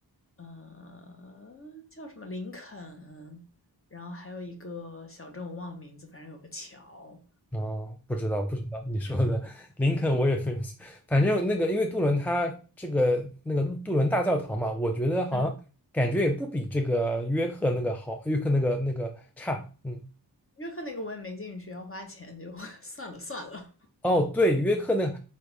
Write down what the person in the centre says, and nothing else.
哦，不知道，不知道你说的林肯我也没有，
反正那个因为杜伦他这个那个杜伦大教堂嘛，我觉得好像感觉也不比这个约克那个好，
约克那个那个差，嗯，
哦，对，约克那，